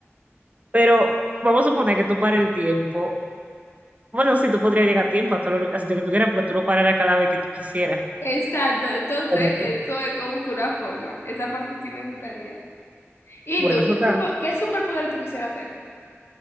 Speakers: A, on the right; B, on the left.
A: Pero vamos a suponer que tú pares el tiempo. Bueno, sí, tú podrías llegar a tiempo a todo lo, a sitio que tú quieras, porque tú lo pararás cada vez que tú quisieras.
B: Exacto, entonces
A: Bueno,
B: eso
A: sí.
B: es como que una forma. Esa parte sí me gustaría. ¿Y
A: Bueno,
B: tú?
A: eso
B: ¿Qué
A: está.
B: superpo- qué superpoder tú quisieras tener?